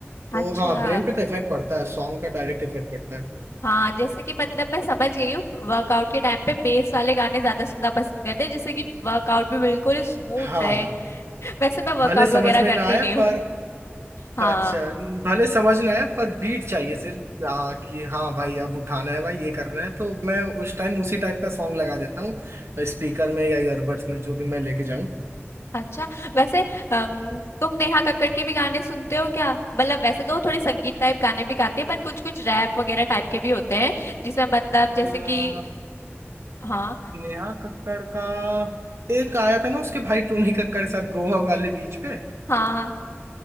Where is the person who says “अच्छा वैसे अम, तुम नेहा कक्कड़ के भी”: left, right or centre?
Left